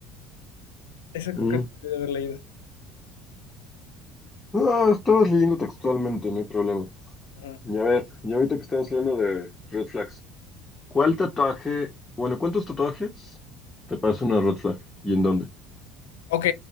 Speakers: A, on the left; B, on the left.
A: esa
B: Mm.
A: creo que debe haber leído.
B: Ah, estabas leyendo textualmente, no hay problema.
A: Ajá.
B: Y a ver, y ahorita que estamos leyendo de red flags, ¿cuál tatuaje, bueno, cuántos tatuajes te parece una red flag? ¿Y en dónde?
A: Ok,